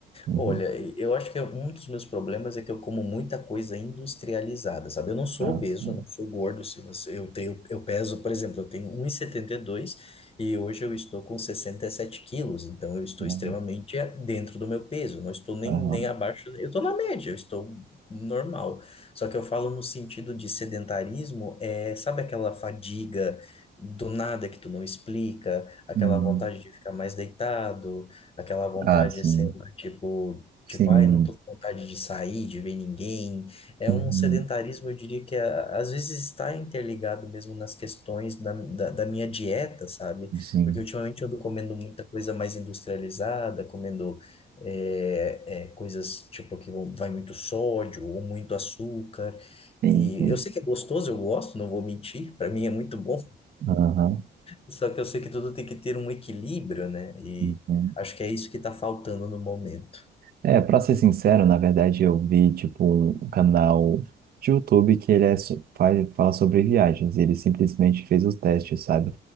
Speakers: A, on the right; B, on the left.
A: Uhum.
B: Olha, eu acho que é um dos meus problemas é que eu como muita coisa industrializada, sabe? Eu não sou
A: Ah,
B: obeso,
A: sim.
B: eu não sou gordo. Se você, eu tenho, eu peso, por exemplo, eu tenho um e setenta e e dois e hoje eu estou com 67 quilos, então eu estou
A: Uhum.
B: extremamente a- dentro do meu peso. Não estou nem,
A: Aham.
B: nem abaixo, eu estou na média, eu estou normal. Só que eu falo no sentido de sedentarismo, é, sabe aquela fadiga do nada que tu não explica, aquela
A: Uhum.
B: vontade de ficar mais deitado Aquela vontade,
A: Ah, sim.
B: sei lá, tipo, tipo,
A: Sim.
B: ai, não tô com vontade de sair, de ver ninguém. É
A: Uhum.
B: um sedentarismo, eu diria que a- às vezes está interligado mesmo nas questões da, da, da minha dieta, sabe?
A: Sim.
B: Porque ultimamente eu ando comendo muita coisa mais industrializada, comendo é, é, coisas tipo que vão- vai muito sódio ou muito açúcar.
A: Sim,
B: E
A: sim.
B: eu sei que é gostoso, eu gosto, não vou mentir, para mim é muito bom.
A: Aham.
B: Só que eu sei que tudo tem que ter um equilíbrio, né? E
A: Uhum.
B: acho que é isso que tá faltando no momento.
A: É, pra ser sincero, na verdade eu vi, tipo, um um canal de YouTube que ele é, so- faz, fala sobre viagens. E Ele simplesmente fez os testes, sabe?